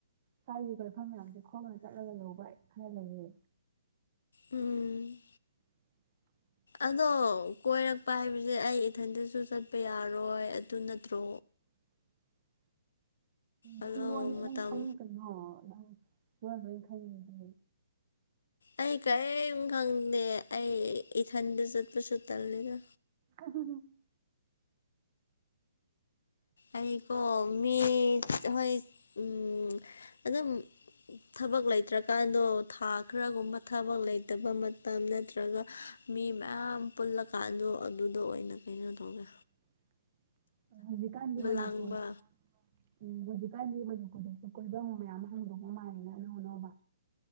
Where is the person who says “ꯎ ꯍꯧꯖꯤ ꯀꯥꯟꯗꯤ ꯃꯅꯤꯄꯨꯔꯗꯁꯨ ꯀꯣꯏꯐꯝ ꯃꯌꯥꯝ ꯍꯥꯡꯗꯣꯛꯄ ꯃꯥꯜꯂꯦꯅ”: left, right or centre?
Right